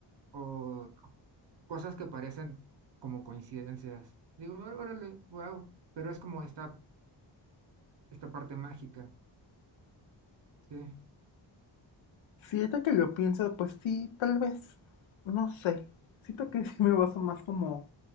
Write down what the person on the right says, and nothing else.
o cosas que parecen como coincidencias. Digo, "Ó- órale, wow, pero es como esta, esta parte mágica, sí.